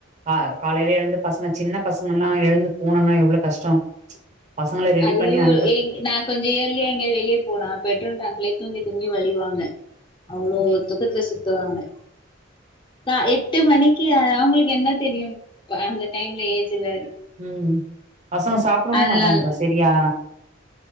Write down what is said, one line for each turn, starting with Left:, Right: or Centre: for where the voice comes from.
Right: கா காலைலயே எழுந்து பசங்க சின்ன பசங்கன்னா எழுந்து போனுன்னா எவ்ளோ கஷ்டோ பசங்கள ரெடி
Left: ஐயோ
Right: பண்ணி அனுப்புறதுக்கு
Left: எ நா கொஞ்சோ இயர்லியா எங்க வெளிய போனா பெட்ரோல் டேங்குலயே தூங்கி தூங்கி வழியுவாங்க அவ்ளோ
Right: ம்
Left: தூக்கத்துல சுத்துவாங்க க்கா எட்டு மணிக்கி அவுங்குளுக்கு என்ன தெரியு இப்ப அந்த டைம்ல ஏஜ்ல
Right: ம் பசங்க சாப்புடவு
Left: அதனால
Right: மாட்டாங்கப்பா செரியா